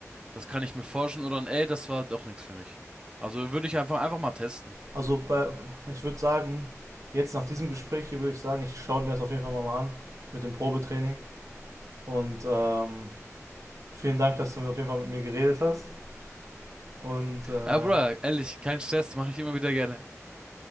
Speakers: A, on the right; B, on the right.
A: das kann ich mir forschen oder ey, das war doch nichts für mich. Also würde ich einfach einfach mal testen.
B: Also bei, ich würde sagen, jetzt nach diesem Gespräch hier würde ich sagen, ich schaue mir das auf jeden Fall mal an mit dem Probetraining. Und ähm, vielen Dank, dass du auf jeden Fall mit mir geredet hast. Und äh,
A: Ja, Bruder, ehrlich, kein Stress, mache ich immer wieder gerne.